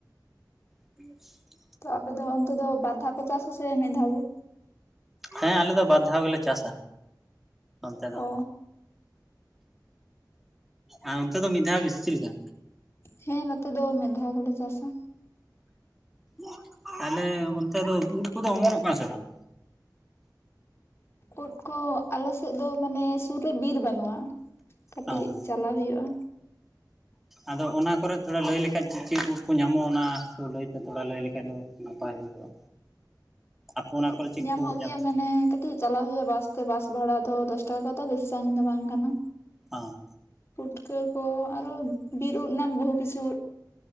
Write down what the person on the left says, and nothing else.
ᱛᱚ ᱟᱯᱮ ᱫᱚ ᱚᱱᱛᱮ ᱫᱚ ᱵᱟᱨ ᱫᱷᱟᱣ ᱯᱮ ᱪᱟᱥ ᱟᱥᱮ ᱢᱤᱫ ᱫᱷᱟᱣ ᱜᱮ?
ᱚ
ᱦᱮᱸ ᱱᱚᱛᱮ ᱫᱚ ᱢᱤᱫ ᱫᱷᱟᱣ ᱜᱮᱞᱮ ᱪᱟᱥᱟ᱾
ᱩᱫᱽ ᱠᱚ ᱟᱞᱮᱥᱮᱫ ᱫᱚ ᱢᱟᱱᱮ ᱥᱩᱨ ᱨᱮ ᱵᱤᱨ ᱵᱟᱹᱱᱩᱜᱼᱟ, ᱠᱟᱹᱴᱤᱡ
ᱪᱟᱞᱟ ᱦᱩᱭᱩᱜᱼᱟ,
ᱳᱫᱽ
ᱧᱟᱢᱚᱜ
ᱜᱮᱭᱟ
ᱢᱟᱱᱮ ᱠᱟᱹ ᱴᱤᱡ ᱪᱟᱞᱟᱜ ᱦᱩᱭᱩᱜᱼᱟ ᱵᱟᱥ ᱛᱮ ᱵᱟᱥ ᱵᱷᱟᱲᱟ ᱫᱚ ᱫᱚᱥ ᱴᱟᱠᱟ ᱠᱚ ᱦᱟᱛᱟᱣᱟ ᱵᱮᱥᱤ ᱥᱟᱸᱜᱤᱧ ᱫᱚ ᱵᱟᱝ ᱠᱟᱱᱟ᱾
ᱯᱩᱴᱠᱟᱹ ᱠᱚ ᱟᱨᱚ ᱵᱤᱨ ᱩᱫᱽ ᱱᱟ ᱵᱚᱦᱩ ᱠᱤᱪᱷᱩ